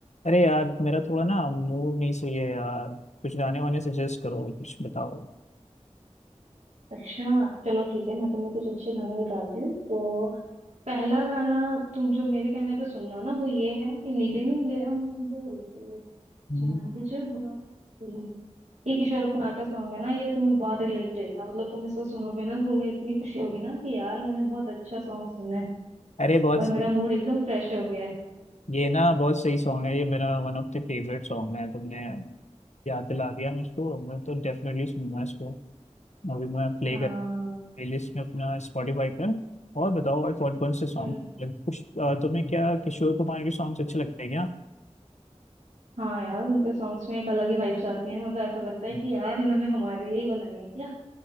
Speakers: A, on the left; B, on the right.
A: अरे यार मेरा थोड़ा ना मूड नहीं सही है यार कुछ गाने वाने सजेस्ट करो कुछ बताओ
B: अच्छा चलो ठीक है मैं तुम्हें कुछ अच्छे गाने बताती हूँ तो पहला गाना तुम जो मेरे कहने पे सुनना ना वो ये है कि नीले नीले अंबर पे
A: हम्म।
B: चांद जब आए। ये किशोर कुमार का सॉन्ग है ना ये तुम्हें बहुत रिलेट होगा मतलब तुम इसको सुनोगे ना तुम्हें इतनी खुशी होगी ना कि यार मैंने बहुत अच्छा सॉन्ग सुना है
A: अरे बहुत
B: और मेरा
A: सही-
B: मूड एकदम फ्रेश हो गया है
A: ये ना बहुत सही सॉन्ग है ये मेरा one of the favourite song है तुमने याद दिला दिया मुझको मैं तो डेफिनेटली सुनूंगा इसको अभी मैं प्ले
B: हाँ
A: कर प्लेलिस्ट में अपना स्पॉटिफाई पर और बताओ और कौन कौन से सॉन्ग
B: हम्म,
A: कुछ अ, तुम्हें क्या किशोर कुमार के सॉन्ग्स अच्छे लगते हैं
B: हाँ यार उनके सॉन्ग्स में एक अलग ही वाइब्स आती हैं मतलब ऐसा लगता है
A: क्या
B: कि यार इन्होंने हमारे लिए ही बनाए हैं क्या